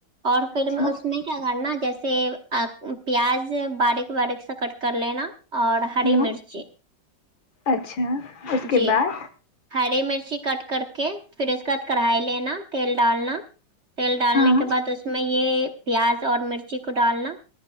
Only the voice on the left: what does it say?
اچھا
ہاں
اچھا اس کے
بعد
ہاں